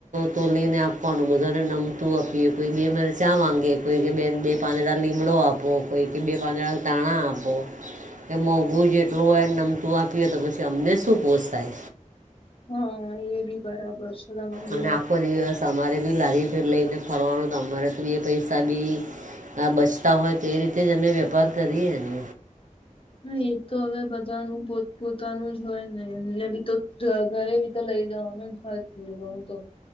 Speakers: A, on the right; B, on the left.
A: તોલી ને આપવાનું બધાને નમતું આપીએ કોઈ બી અમારે ચા માંગયે કોઈ કે બેન બે પાંદડા લીમડો આપો કોઈ કે બે પાંદડા ધાણા આપો. કે મોંઘું જ એટલું હોયને નમતું આપીએ તો પછી અમને શું પોસાય.
B: હા એ બી બરાબર છે. તમારી
A: અને
B: વાત
A: આખો દિવસ અમારે બી લારી ફર લઈને ફરવાનો અમારે તો એ પૈસા બી હા બચતા હોય તો એ રીતે જ અમે વેપાર કરીએ ને
B: હા એ તો હવે બધાનું પોત પોતાનું જ હોય ને એને બી તો ઘરે બી તો લઈ જવાનું. હય તું બી દેહુ તો